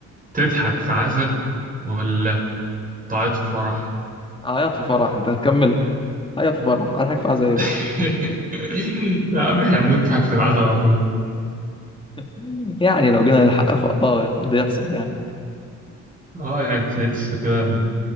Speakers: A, on the right; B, on the left.
A: تضحك في عزا ولا تعيط في فرح؟
B: عيط في فرح أنت هتكمل عيط في فرح هضحك في عزاية بس
A: <laughs> لا يا عم احنا بنضحك في العزا على طول
B: <laughs> يعني لو جينا للحق ف... آه بيحصل يعني
A: اه يعني تحس كده ال-